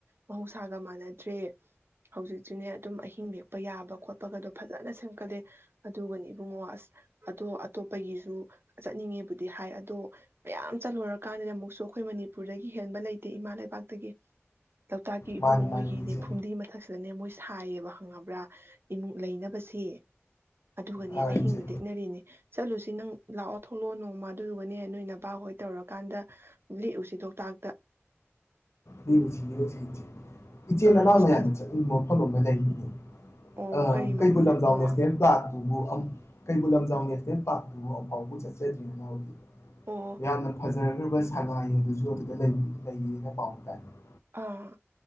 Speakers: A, on the right; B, on the left.
A: ꯃꯍꯧꯁꯥꯒ ꯃꯥꯟꯅꯗ꯭ꯔꯦ ꯍꯧꯖꯤꯛꯁꯨꯅꯦ ꯑꯗꯨꯝ ꯑꯍꯤꯡ ꯂꯦꯛꯄ ꯌꯥꯕ ꯈꯣꯠꯄꯒꯗꯣ ꯐꯖꯅ ꯁꯦꯝꯀꯠꯂꯦ ꯑꯗꯨꯒꯅꯤ ꯏꯕꯨꯡꯉꯣ ꯑꯁ ꯑꯗꯣ ꯑꯇꯣꯞꯄꯒꯤꯁꯨ ꯆꯠꯅꯤꯡꯉꯦꯕꯨꯗꯤ ꯗꯤ ꯍꯥꯏ ꯑꯗꯣ ꯃꯌꯥꯝ ꯆꯠꯂꯨꯔꯀꯥꯟꯗꯗꯤ ꯑꯃꯨꯛꯁꯨ ꯑꯩꯈꯣꯏ ꯃꯅꯤꯄꯨꯔꯗꯒꯤ ꯍꯦꯟꯕ ꯂꯩꯇꯦ ꯏꯃꯥ ꯂꯩꯕꯥꯛꯇꯒꯤ ꯂꯣꯛꯇꯥꯛꯀꯤ ꯏꯕꯨꯡꯉꯣ
B: ꯃꯥꯅꯤ ꯃꯥꯅꯤ
A: ꯃꯣꯏꯒꯤꯅꯦ
B: ꯏꯆꯦ
A: ꯐꯨꯝꯗꯤ ꯃꯊꯛꯁꯤꯗꯅꯦ ꯃꯣꯏꯁꯦ ꯁꯥꯏꯌꯦꯕ ꯈꯪꯉꯕ꯭ꯔꯥ ꯏꯃꯨꯡ ꯂꯩꯅꯕꯁꯦ ꯑꯗꯨꯒꯅꯤ
B: ꯑꯥ
A: ꯑꯍꯤꯡ
B: ꯏꯆꯦ
A: ꯂꯦꯛꯅꯔꯤꯅꯤ ꯆꯠꯂꯨꯁꯤ ꯅꯪ ꯂꯥꯛꯑꯣ ꯊꯣꯛꯂꯛꯑꯣ ꯅꯣꯡꯃꯥ ꯑꯗꯨꯗꯨꯒꯅꯦ ꯅꯣꯏ ꯅꯄꯥꯍꯣꯏ ꯇꯧꯔꯀꯥꯟꯗ ꯂꯦꯛꯎꯁꯤ ꯂꯣꯛꯇꯥꯛꯇ
B: ꯃꯤ ꯆꯤꯡꯉꯔꯣꯏꯁꯤ ꯏꯆꯦ ꯏꯆꯦ
A: ꯑꯥ
B: ꯅꯅꯥꯎꯅ
A: ꯑꯁ ꯐꯖ
B: ꯌꯥꯝꯅ ꯆꯠꯅꯤꯡꯕ ꯃꯐꯝ ꯑꯃ ꯃꯂ <inaudible>
A: ꯑꯣ
B: ꯑꯥ
A: ꯀꯔꯤ
B: ꯀꯩꯕꯨꯜ
A: ꯃꯐꯝꯅꯣ
B: ꯂꯝꯖꯥꯎ
A: ꯏꯕꯨꯡꯉꯣ
B: ꯅꯦꯁꯅꯦꯜ ꯄꯥꯔꯛ ꯑꯗꯨꯕꯨ ꯀꯩꯕꯨꯜ ꯂꯝꯖꯥꯎ ꯅꯦꯁꯅꯦꯜ ꯄꯥꯔꯛꯇꯨꯕꯨ ꯑꯐꯥꯎꯕ ꯆꯠꯆꯗ꯭ꯔꯤ ꯅꯅꯥꯎꯗꯤ
A: ꯑꯣ
B: ꯌꯥꯝꯅ ꯐꯖꯔ ꯑꯗꯨꯒ ꯁꯉꯥꯏꯗꯨꯖꯨ ꯑꯗꯨꯗ ꯂꯩꯔꯤ ꯂꯩꯔꯤꯅ ꯄꯥꯎ ꯇꯥꯏꯨ <inaudible>
A: ꯑꯥ